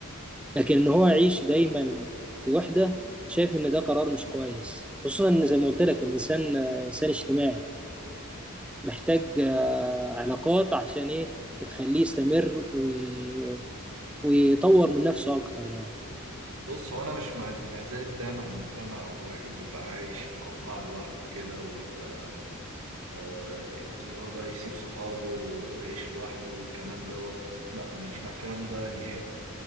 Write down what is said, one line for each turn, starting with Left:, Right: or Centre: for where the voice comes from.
Centre: لكن ان هو يعيش دايما في وحده شايف ان ده قرار مش كويس خصوصا ان زي ما قلت لك الانسان آه، انسان اجتماعي محتاج آه، علاقات عشان ايه تخليه يستمر وي- ويطور من نفسه اكتر يعني
Right: بص هو أنا مش مع الانعزال التام عن المجتمع والواحد يبقى عايش في قوقعة لوحده كده ويبقى آه، اللي هو بقى يسيب صحابه ويعيش لوحده والكلام دوت لا أنا مش مع الكلام ده نهائي